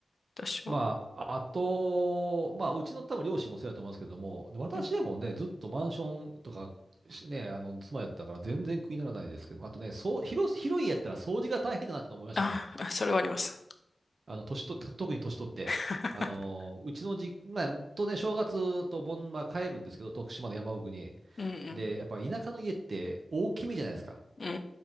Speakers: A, on the left; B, on the right.
A: 私は。
B: まあ、あと、まあ、うちの多分両親もそうやと思いますけども、で私はもうね、
A: うん。
B: ずっとマンションとかし、ね、あの、妻やったから全然苦にならないですけど、あとね、そう、広、広い家やったら掃除が大変だなって思いましたね。
A: あ、あそれはあります。
B: あの、年と、た特に年取って。
A: <laughs>
B: あの、うちのじ、まあ、当然正月と盆は帰るんですけど、徳島の山奥に。
A: うんうん。
B: で、やっぱ田舎の家って大きめじゃないですか。
A: うんう